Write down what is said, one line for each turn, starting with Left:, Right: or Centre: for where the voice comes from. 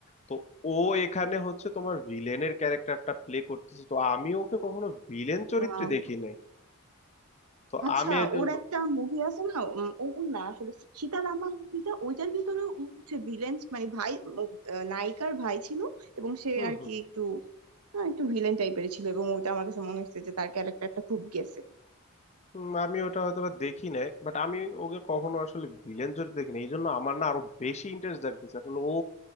Left: তো ও এখানে হচ্ছে তোমার ভিলেনের ক্যারেক্টারটা প্লে করতেছে তো আমি ওকে কখনো ভিলেন চরিত্রে
Right: অনেক
Left: দেখি নাই তো
Right: আচ্ছা
Left: আমি এর জন্য
Right: ওর একটা মুভি আছে না উম, ওর না আসলে সী- সীতারামা মুভিটা ওইটার ভিতরে ও হচ্ছে ভিলেন মানে ভাই ও, আহ, নায়িকার ভাই ছিল এবং সে
Left: হুম
Right: আর
Left: হুম
Right: কি একটু আহ, একটু ভিলেন টাইপের ছিল এবং ওইটা আমার কাছে মনে হচ্ছে যে তার ক্যারেক্টারটা খুব গেছে
Left: হুম, আমি ওটা হয়তো বা দেখি নাই বাট আমি ওকে কখনো আসলে ভিলেন চরিত্রে দেখি নাই এই জন্য আমার না আরো বেশি ইন্টারেস্ট জাগতেছে আসলে ও